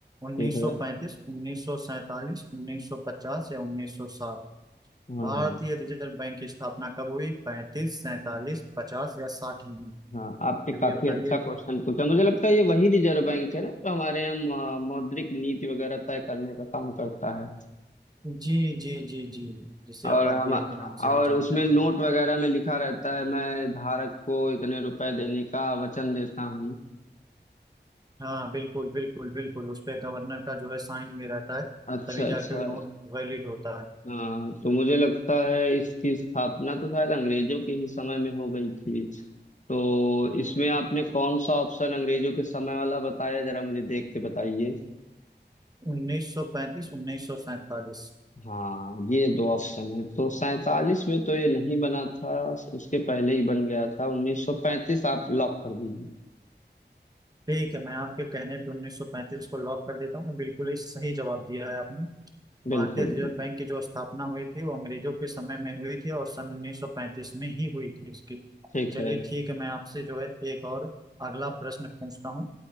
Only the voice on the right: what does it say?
1935
1947 1950 या 1960
भारतीय रिजर्व बैंक की स्थापना कब हुई 35 सैतालीस पचास या साठ में
चलिए
बताइए
जी जी जी जी जिसे
आप आरबीआई
के नाम से
भी जानते
हैं
हाँ बिल्कुल बिल्कुल बिल्कुल उस पे गवर्नर का जो है साइन भी रहता है
तभी जाके
नोट वैलिड होता है
1935 1947
ठीक है मैं आपके कहने पे 1935 को लॉक कर देता हूँ मैं बिल्कुल ही सही जवाब दिया है आपने भारतीय
रिजर्व
बैंक की जो स्थापना हुई थी वो अंग्रेजों के समय में हुई थी और सन 1935 में ही हुई थी इसकी
चलिए
ठीक है मैं आपसे जो है एक और अगला प्रश्न पूछता हूँ